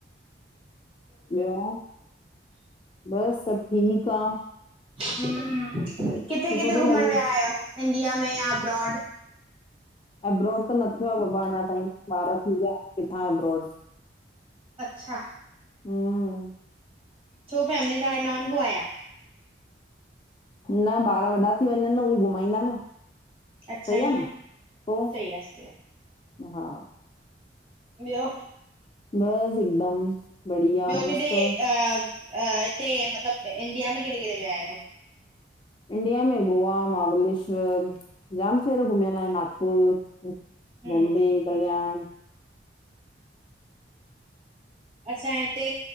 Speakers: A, on the left; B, on the right.
A: ॿियो, ॿियो सब ठीक आ,
B: हम्म किथे
A: सुठो
B: किथे
A: तो
B: घुमण
A: लॻे।
B: विया आहियो इंडिया में या अब्रॉड।
A: एब्रॉड त न थियो आ बाबा अञा ताईं, ॿार थी विया किथां एब्रॉड
B: अच्छा
A: हूम
B: छो फैमिली सां गॾ न वञबो आ यां?
A: न ॿार वॾा थी वञन न उहे ई घुमाईंदा न।
B: अच्छा
A: सही आ
B: ईअं
A: न पो
B: सही आ सही आ
A: हा,
B: ॿियो
A: बस हिकदम बढ़िया
B: ॿियो,
A: मस्त।
B: किॾे अ हिते मतलब इंडिया में किॾे किॾे विया आयो?
A: इंडिया में गोवा, महाबलेश्वर जाम शहर घुमयल आहिन नागपुर।
B: हम्म
A: बॉम्बे, कल्याण
B: असां हिते